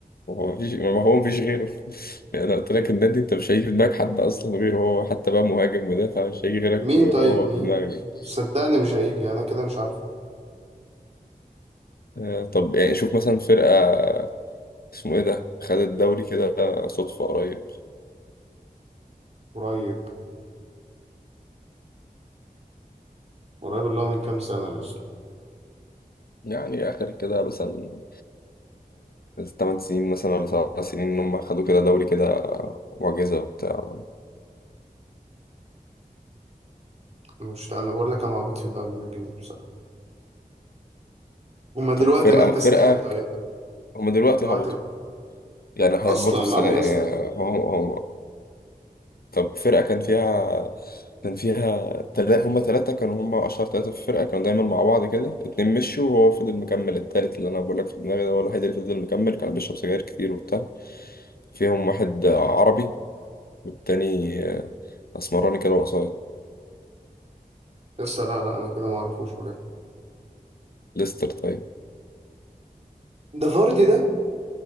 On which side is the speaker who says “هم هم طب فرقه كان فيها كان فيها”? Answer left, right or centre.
Left